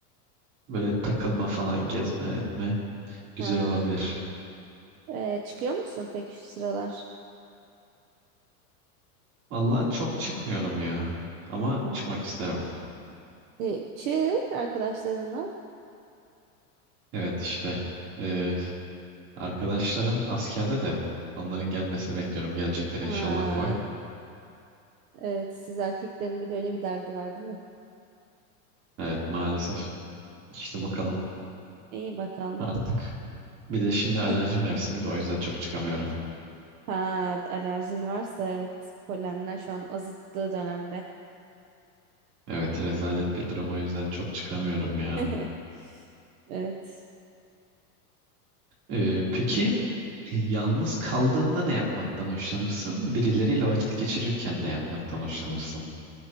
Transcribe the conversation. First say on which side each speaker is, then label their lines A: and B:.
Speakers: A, on the right; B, on the right.
A: Böyle takılma falan gezme etme güzel
B: Ha.
A: olabilir.
B: Ee, çıkıyor musun peki şu sıralar?
A: Vallahi çok çıkmıyorum ya. Ama
B: Ha.
A: çıkmak isterim.
B: Ee, çık arkadaşlarına.
A: Evet işte e, arkadaşlarım askerde de onların gelmesini bekliyorum. Gelecekler inşallah
B: Ha,
A: bu ay.
B: evet siz erkeklerin bir de öyle bir derdi var değil mi?
A: Evet maalesef işte bakalım
B: İyi bakalım.
A: artık. Bir de şimdi alerji
B: <laughs>
A: mevsimi de o yüzden çok çıkamıyorum.
B: Ha, alerjin varsa evet polenler şu an azıttığı dönemde.
A: Evet rezalet bir durum o yüzden çok çıkamıyorum ya.
B: <laughs> Evet.
A: Ee, peki e, yalnız kaldığında ne yapmaktan hoşlanırsın? Birileriyle vakit geçirirken ne yapmaktan hoşlanırsın?